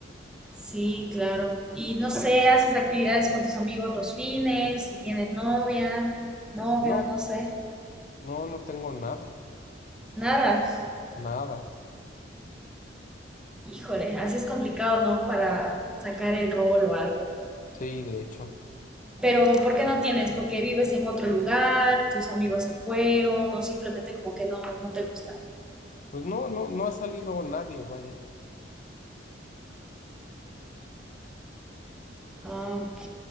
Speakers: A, in the centre; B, on the left (about 45°).
A: sí, claro. y no sé, haces actividades con tus amigos los fines, si tienes novia, novio,
B: No,
A: no sé.
B: no, no tengo nada.
A: Nada.
B: Nada,
A: Híjole, así es complicado, ¿no? Para sacar el rol o algo.
B: sí, de hecho.
A: Pero ¿por qué no tienes? Porque vives en otro lugar, tus amigos se fueron, o simplemente como que no, no te gusta.
B: Pues no, no, no ha salido nadie, vaya,
A: Ah, ok.